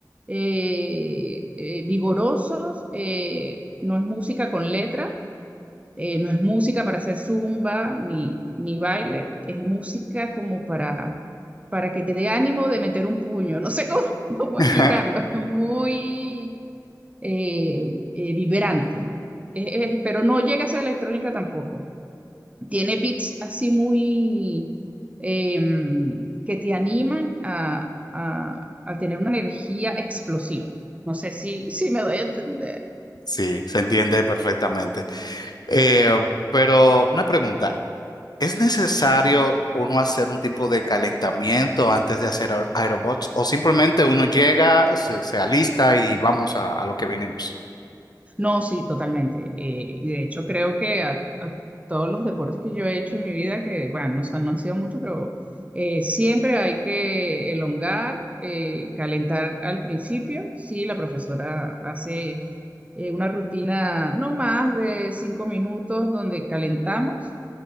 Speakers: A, on the right; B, on the left.
A: eh, eh, vigorosos, eh, no es música con letra, eh, no es música para hacer zumba ni, ni baile, es música como para, para que te dé ánimo de meter un puño, no sé cómo, <laughs> cómo
B: <laughs>
A: explicarlo, es muy eh, eh, vibrante, Eh, eh, pero no llega a ser electrónica tampoco. Tiene beats así muy em, que te animan a, a- a tener una energía explosiva. No sé si, si me doy a entender.
B: Sí, se entiende perfectamente. Eh, pero una pregunta. ¿Es necesario uno hacer un tipo de calentamiento antes de hacer aer- aerobots? ¿O simplemente uno llega, se, se alista y vamos a, a lo que vinimos?
A: No, sí, totalmente. Eh, y de hecho creo que a, a todos los deportes que yo he hecho en mi vida, que bueno, no, son- no han sido muchos, pero eh, siempre hay que elongar, eh, calentar al principio. Sí, la profesora hace eh, una rutina no más de cinco minutos donde calentamos